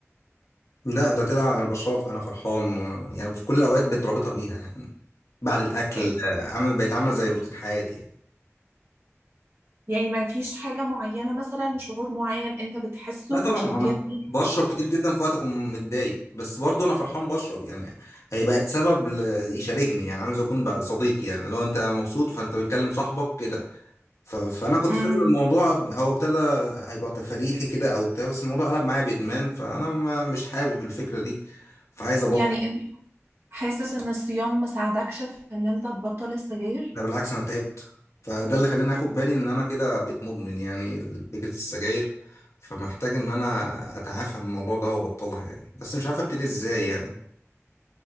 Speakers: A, on the left; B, on the right.
A: لا ده طلع انا بشرب انا فرحان وأنا يعني في كل الاوقات بتربطها بيها يعني بعد الاكل
B: بقيت
A: آه، عامل بقت عامله زي روتين حياتي يعني
B: يعني ما فيش حاجة معينة مثلا شعور معين أنت بتحسه
A: لا طبعا
B: فعشان
A: انا
B: كده
A: بشرب كتير جدا في وقت اكون متضايق بس برضو انا فرحان بشرب يعني هي بقت سبب ل- يشاركني يعني عامل زي اكون بقى صديقي يعني لو انت مبسوط فانت بتكلم صاحبك كده ف- فانا كنت
B: امم
A: فاكر الموضوع هو ابتدى هيبقى تفريحي كده او بتاع بس الموضوع قلب معايا بادمان فانا ما- مش حابب الفكره دي فعايز ابطل
B: يعني أنت حاسس إن الصيام ما ساعدكش في إن أنت تبطل السجاير
A: ده بالعكس انا تعبت فده اللي خلاني اخد بالي ان انا كده بقيت مدمن يعني فكره السجاير فمحتاج ان انا اتعافى من الموضوع ده وابطلها يعني بس مش عارف ابتدي ازاي يعني